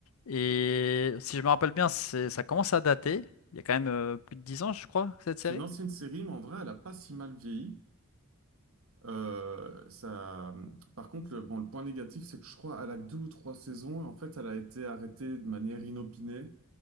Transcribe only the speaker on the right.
C'est
une ancienne série, mais en vrai, elle a pas si mal vieilli. Euh, ça... Par contre, le, bon, le point négatif, c'est que je crois qu'elle a que deux ou trois saisons. et En fait, elle a été arrêtée de manière inopinée.